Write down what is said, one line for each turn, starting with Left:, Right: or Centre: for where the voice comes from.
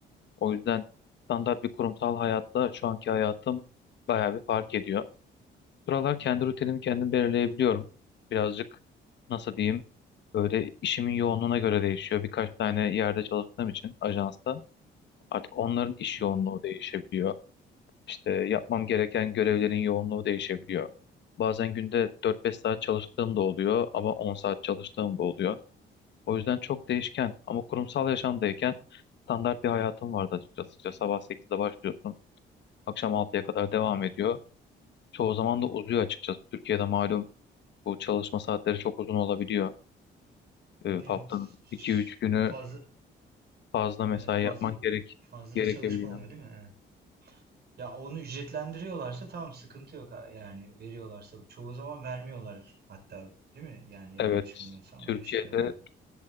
Left: O yüzden standart bir kurumsal hayatla şu anki hayatım bayağı bir fark ediyor. Buralar
Right: Hı
Left: kendi
Right: hı.
Left: rutinimi kendim belirleyebiliyorum. Birazcık nasıl diyeyim böyle işimin yoğunluğuna göre değişiyor. Birkaç tane yerde çalıştığım için ajansta. Artık onların iş
Right: Hı
Left: yoğunluğu değişebiliyor. İşte yapmam gereken görevlerin yoğunluğu değişebiliyor. Bazen günde dört beş saat çalıştığım da oluyor ama 10 saat çalıştığım da oluyor. O yüzden çok değişken ama kurumsal yaşamdayken standart bir hayatım vardı açıkçası. İşte sabah sekizde başlıyorsun, akşam altıya kadar devam
Right: hı.
Left: ediyor. Çoğu zaman da uzuyor açıkçası. Türkiye'de malum bu çalışma saatleri çok uzun olabiliyor. Ee,
Right: Evet.
Left: haftanın 2-3 günü
Right: Fazla
Left: fazla mesai
Right: evet, fazla
Left: yapman gerek
Right: fazla
Left: gerekebiliyor.
Right: çalışma oluyor değil mi? Evet. Ya onu ücretlendiriyorlarsa tamam sıkıntı yok ha- yani veriyorlarsa çoğu zaman vermiyorlar hatta değil mi? Yani yanlış
Left: Evet,
Right: bilmiyorsam
Left: Türkiye'de
Right: öyle şeyler oluyor.